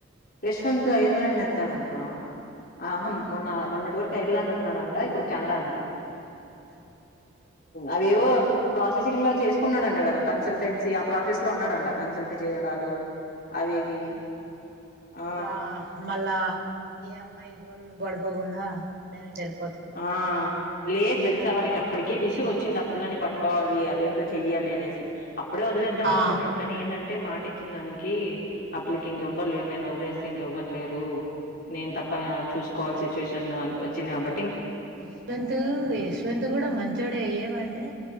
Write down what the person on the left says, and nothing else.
యశ్వంత్ ఐర్లాండ్ ఎళ్తాడంట్రా ఆహం
మొన్న
మొన్నటి వరకు ఐర్లాండ్ ఉన్నాడంట ఇప్పుడు కెనడా అంట
అవేవో ప్రాసెసింగ్ లో చేసుకున్నాడంట కదా కన్సల్టెన్సీ ఆ ప్రాసెస్ లో ఉన్నాడంట కన్సల్ అంటె చేయడాలు అవి
ఇవి
ఆ
ఆ లేదు తెల్సా వాడికి అప్పటికే విసుగు వచ్చింది ఆ పిల్లని పట్టుకోవాలి అదేంతో చెయ్యాలి అనేసి అప్పుడే వదిలేద్దాం అనుకున్నాడు
కానీ ఏందం టే మాట ఇచ్చిన దానికి ఆ పిల్లకి ఇంకెవ్వరు లేరు నేను వదిలేస్తే ఇంకెవ్వరు లేరు నేను తప్ప చూసుకోవల్సి సిచ్యువేషన్ వచ్చింది కాబ